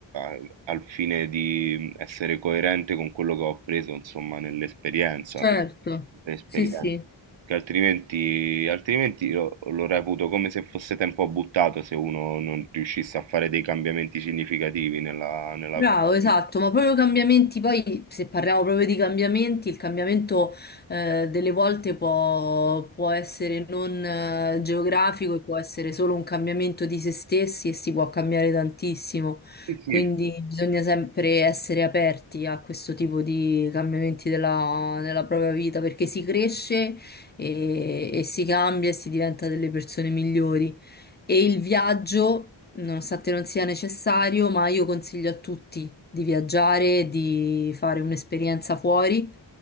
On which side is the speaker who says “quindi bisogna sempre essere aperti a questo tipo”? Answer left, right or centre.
Left